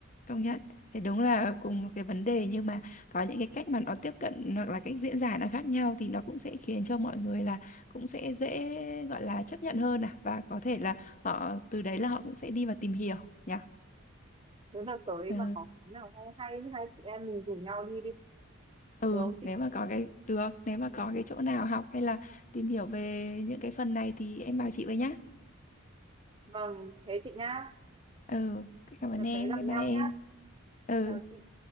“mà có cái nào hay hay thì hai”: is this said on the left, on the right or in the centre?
Right